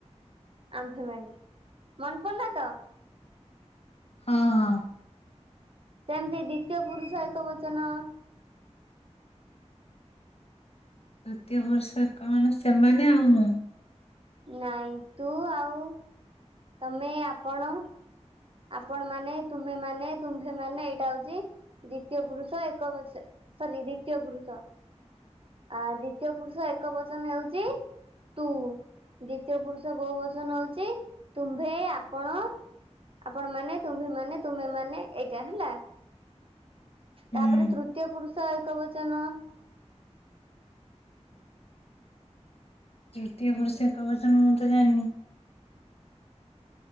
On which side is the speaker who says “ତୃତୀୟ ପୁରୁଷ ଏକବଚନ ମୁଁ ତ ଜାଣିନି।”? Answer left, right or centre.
Left